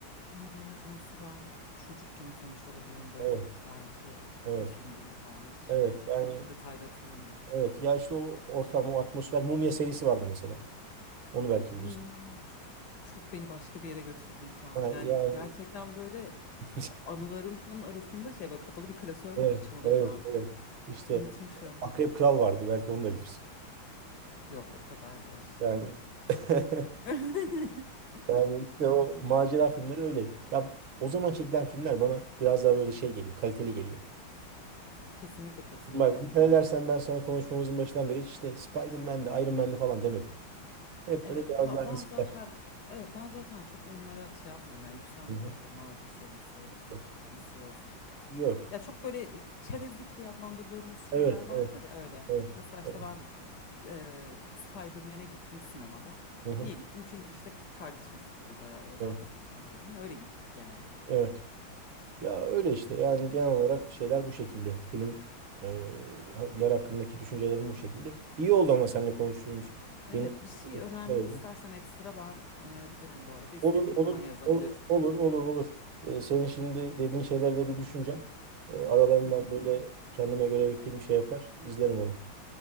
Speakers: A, on the left; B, on the right.
A: Indiana Jones'u ben çocukken izlemiş olabilirim böyle
B: Evet.
A: belki
B: Evet.
A: bir filmini falan hiç.
B: Evet.
A: Yani çok
B: Yani
A: böyle detaylı hatırlamıyorum.
B: evet. Ya işte o ortam, o atmosfer. Mumya serisi vardı mesela. Onu belki bilirsin.
A: O çok çok beni başka bir yere götürdün şu an.
B: Ha,
A: Yani
B: yani
A: gerçekten böyle
B: <laughs>
A: anılarımın arasında şey böyle kapalı bir klasörmüş
B: evet.
A: açıldı
B: Evet.
A: şu an.
B: Evet. İşte
A: Unutmuşum.
B: Akrep Kral vardı. Belki onu da bilirsin.
A: Yok o kadar yaşlı
B: Yani
A: olmayabilirim.
B: <laughs>
A: <laughs>
B: Yani işte o macera filmleri öyle. Ya o zaman çekilen filmler bana biraz daha böyle şey geliyor, kaliteli geliyor.
A: Kesinlikle katılıyorum
B: Şimdi bak dikkat
A: buna.
B: edersen ben sana konuşmamızın başından beri hiç işte Spider-Man'de, Iron Man'de falan demedim. Hep
A: Evet
B: böyle biraz
A: ya
B: daha
A: ben
B: eskiler.
A: zaten evet ben zaten çok onlara şey yapmıyorum ya yükselmiyorum
B: Hı hı.
A: işte Marvel serisi
B: Evet.
A: DC olsun.
B: Yok.
A: Ya çok böyle e, çerezlik diye adlandırdığımız
B: Evet,
A: şeyler vardır
B: evet,
A: ya öyle.
B: evet,
A: Mesela işte
B: evet.
A: ben e, Spider-Man'e gittim sinemada.
B: Hı hı.
A: Niye gittim? Çünkü işte kardeşim istedi dedi, dedi
B: Evet,
A: abla birlikte gidelim. Öyle gittik yani.
B: evet. Ya öyle işte yani genel olarak şeyler bu şekilde. Film e, ler hakkındaki düşüncelerim bu şekilde. İyi oldu ama seninle konuştuğumuz
A: Evet,
B: yeni
A: bir şey önermemi
B: evet.
A: istersen ekstra ben önerebilirim bu arada. İstediğin
B: Olur, olur,
A: zaman yazabilirsin.
B: ol- olur, olur, olur. Ee, senin şimdi dediğin şeyler de bir düşüneceğim. Ee, aralarından
A: Hı hı.
B: böyle kendime göre bir film şey yapar, izlerim onu.